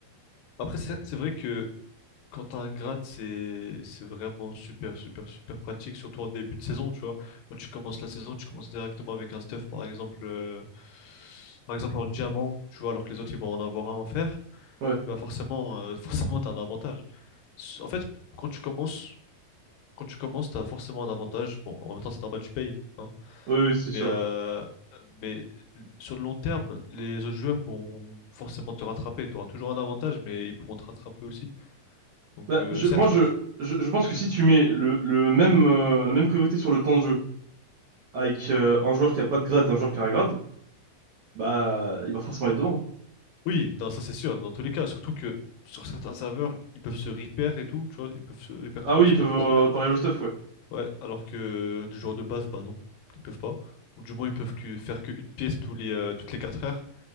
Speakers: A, on the left; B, on the right.
A: Après, c'est c'est vrai que quand t'as un grade, c'est c'est vraiment super, super, super pratique, surtout en début de saison, tu vois. Quand tu commences la saison, tu commences directement avec un stuff, par exemple, euh, par exemple en diamant, tu vois, alors que les autres, ils vont en avoir un en fer.
B: Ouais,
A: Bah forcément, euh, <laughs> forcément, t'as un avantage. s- En fait, quand tu commences, quand tu commences, t'as forcément un avantage. Bon, en même temps, c'est normal, tu payes, hein.
B: oui, oui, c'est sûr,
A: Mais, euh,
B: ouais.
A: mais sur le long terme, les autres joueurs pourront forcément te rattraper. Tu auras toujours un avantage, mais ils pourront te rattraper aussi. Donc,
B: Bah,
A: euh,
B: je,
A: certes,
B: moi, je,
A: quand tu...
B: je, je pense que si tu mets le, le même, euh, la même priorité sur le temps de jeu, avec euh, un joueur qui a pas de grade et un joueur qui a un grade, bah il va forcément être devant. hein.
A: Oui, non, ça c'est sûr, dans tous les cas. Surtout que sur certains serveurs, ils peuvent se repair et tout, tu vois, ils peuvent se repair
B: Ah
A: tout
B: oui,
A: leur stuff,
B: ils peuvent
A: etc.
B: euh, réparer le stuff, ouais.
A: Ouais, alors que les joueurs de base, bah non, ils peuvent pas. Ou du moins, ils peuvent que faire qu'une pièce tous les, euh, toutes les 4 heures.